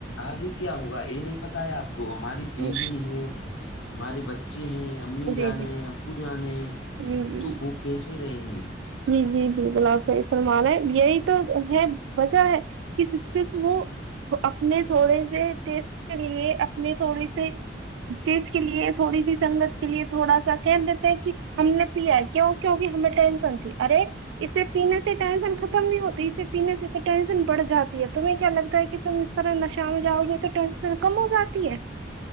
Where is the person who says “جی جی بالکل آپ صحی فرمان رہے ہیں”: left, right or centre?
Right